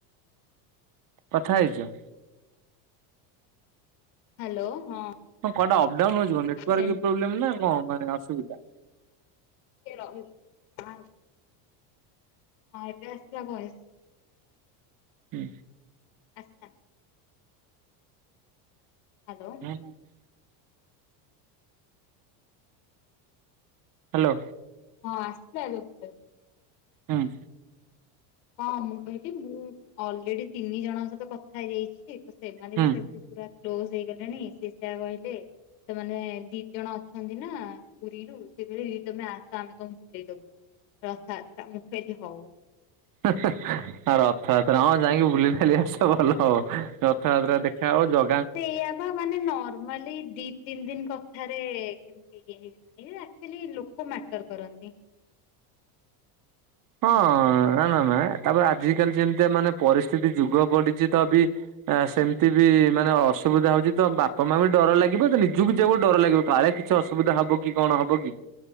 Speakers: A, on the right; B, on the left.
A: କଥା ହେଇଚ?
B: ହାଲୋ ହଁ
A: ହଁ କଆଟା ଅପ୍ଡାଉନ ହେଯିବ ନେଟାର୍
B: ହଁ
A: ପ୍ରୋବଲେମ୍ ନା କଣ ଅସୁବିଧା।
B: ରହିଲୁ ହଁ ଏବେ ଆସିବା ଭଏସ।
A: ହୁଁ
B: ଆସିଲା। ହାଲୋ
A: <unintelligible> ହାଲୋ
B: ହଁ ଆସିିଲା ଏବେ ଭଏସ୍।
A: ହଁ ଅଁ
B: ହଁ ମୁଁ କହିଲି ମୁଁ ଅଲରେଡି ତିନି ଜଣଙ୍କ ସହିତ କଥା ହେଇଯାଇଛି। ସେମାନେ
A: ହୁଁ।
B: ବି ସେମିତି ପୁରା କ୍ଲୋଜ ହେଇଗଲେଣି ସି ସେଇଆ କହିଲେ। ତ ମାନେ ଦି ଜଣ ଅଛନ୍ତି ନା ପୁରୀରୁ, ସେ ତମେ ଆସ ଆମେ କମ ବୁଲେଇ ଦବୁ। ରଥଯାତ୍ରା, ମୁଁ କହିଲି ହଉ।
A: ହେ ହେ ହେ ହ ରଥଯାତ୍ରା ହଁ ଯାଇକି ବୁଲି କି ଆସିବା ଭଲ ହବ, ରଥଯାତ୍ରା ଦେଖା ହବ ଜ
B: ସେଇଆ ବା ମାନେ ନର୍ମାଲି ତିନି ଦିନ କଥାରେ କେମିତି ଇଏ ହେଇଗଲେଣି, ଆକୁ ଚୁଆଲି ଲୋକ ମ୍ୟାଟର କରନ୍ତି।
A: ହଁ ନା ନା ନା, ତାପରେ ଆଜିିକାଲି ଯେମିତି ମାନେ ପରିସ୍ଥିତି ଯୁଗ ପଡିଛି ତ ବି ଆ ସେମିତି ବି ମାନେ ଅସୁବିଧା ହଉଛି ତ ବାପା ମା ବି ଡର ଲାଗିବ ତ ନିଜକୁ ଯିବାକୁ ଡର ଲାଗିବ କାଳେ କିଛି ଆସିବି। ଅସୁବିଧା ହବ କି, କଣ ହବ କି,